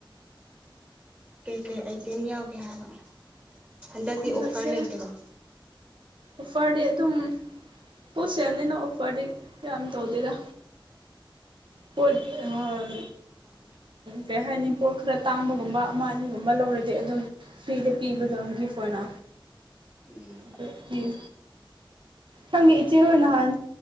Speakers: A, on the right (about 20°); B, on the right (about 65°).
A: ꯀꯩ ꯀꯩ ꯑꯥꯏꯇꯦꯝ ꯌꯥꯎꯒꯦ ꯍꯥꯏꯕ ꯍꯟꯗꯛꯇꯤ
B: ꯍꯟꯗꯛꯁꯦ
A: ꯑꯣꯐꯔ ꯂꯩꯇꯔꯣ
B: ꯑꯣꯐꯔꯗꯤ ꯑꯗꯨꯝ ꯍꯣꯜꯁꯦꯜꯅꯤꯅ ꯑꯣꯐꯔꯗꯤ ꯀꯌꯥꯝ ꯇꯧꯗꯦꯗꯥ ꯄꯣꯠ
A: ꯍꯣꯜꯁꯦꯜꯗ
B: ꯎꯝ
A: ꯄꯤꯔꯗꯤ ꯐꯔꯦ
B: ꯀꯩ ꯍꯥꯏꯅꯤ ꯄꯣꯠ ꯈꯔ ꯇꯥꯡꯕꯒꯨꯝꯕ ꯑꯃ ꯑꯅꯤꯒꯨꯝꯕ ꯂꯧꯔꯗꯤ ꯑꯗꯨꯝ ꯐ꯭ꯔꯤꯗ ꯄꯤꯕꯗꯣ ꯒꯤꯐ ꯑꯣꯏꯅ
A: ꯎꯝ
B: ꯑꯗꯨ ꯄꯤꯌꯦ ꯈꯪꯉꯦ ꯏꯆꯦ ꯍꯣꯏ ꯅꯍꯥꯟ